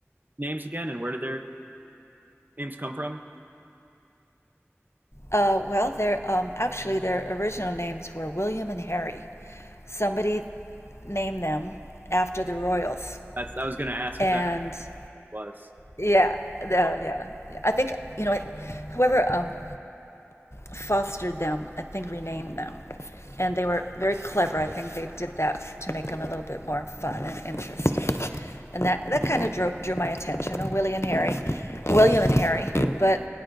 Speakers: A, on the right (about 40°); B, on the left (about 65°).
A: names again, and where did their names come from?
B: Uh, well, their um, actually their original names were William and Harry. Somebody named them after the royals,
A: That's I was going to ask
B: and
A: if that was.
B: yeah, the, yeah. I think you know whoever um, fostered them, I think renamed them. And they were very clever. I think they did that to make them a little bit more fun and interesting. And that, that kind of drew, drew my attention. Oh, Willie and Harry, William and Harry. But